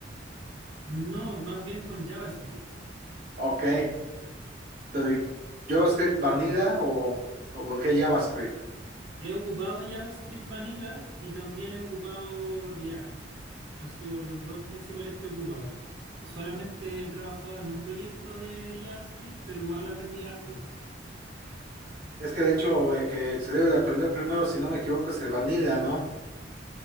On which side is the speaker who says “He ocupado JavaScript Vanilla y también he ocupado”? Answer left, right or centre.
Right